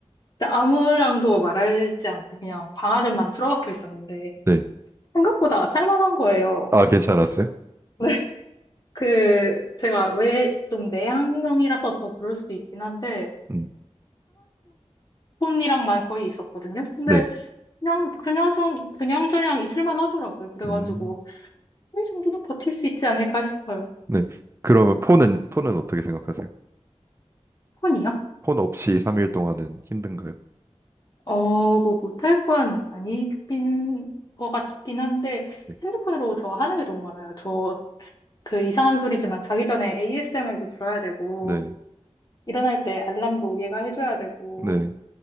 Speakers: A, on the left; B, on the right.
A: 진짜 아무랑도 말하지 않고 그냥 방 안에만 틀어박혀 있었는데,
B: 네.
A: 생각보다 살만한 거예요.
B: 아, 괜찮았어요?
A: <laughs> 그, 제가 왜 좀 내향형이라서 더 그럴 수도 있긴 한데,
B: 음,
A: 스마트폰이랑만 거의 있었거든요. 근데
B: 네.
A: 그냥, 그냥 좀, 그냥저냥 있을만 하더라고요. 그래가지고,
B: 음,
A: 이 정도는 버틸 수 있지 않을까 싶어요.
B: 네. 그러면 폰은, 폰은 어떻게 생각하세요?
A: 폰이요?
B: 폰 없이 3일 동안은 힘든가요?
A: 어, 뭐 못할 건 아니긴 것 같긴 한데,
B: 네.
A: 핸드폰으로 저 하는 게 너무 많아요. 저 그 이상한 소리지만 자기 전에 ASMR도 들어야 되고,
B: 네.
A: 일어날 때 알람도 얘가 해줘야 되고,
B: 네.